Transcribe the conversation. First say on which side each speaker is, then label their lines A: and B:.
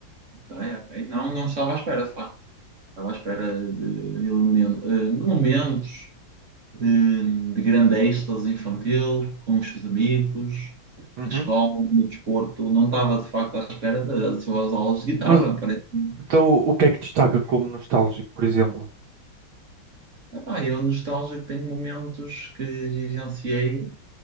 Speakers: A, on the right; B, on the right.
A: ok, ok. Não, não estava à espera, de facto. Estava à espera de elemen- eh, momentos eh, de grande êxtase infantil, com os seus amigos,
B: Uhum.
A: na escola, no desporto. Não estava de facto à espera das suas aulas de guitarra.
B: Mas
A: Parece-me.
B: então o que é que destaca como nostálgico, por exemplo?
A: Epá, eu nostálgico tenho momentos que vivenciei,